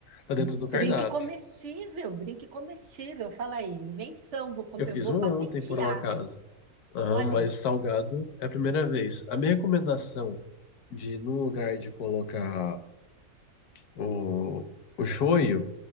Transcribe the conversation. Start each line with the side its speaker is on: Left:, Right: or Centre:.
Left: tá dentro do
Right: Drink
Left: cardápio.
Right: comestível, drink comestível, fala aí, invenção, vou, com-
Left: Eu
Right: eu
Left: fiz
Right: vou
Left: um
Right: patentear.
Left: ontem, por um acaso. Aham,
Right: Olha
Left: mas
Right: aí.
Left: salgado é a primeira vez. A minha recomendação de, no lugar de colocar o, o shoyu,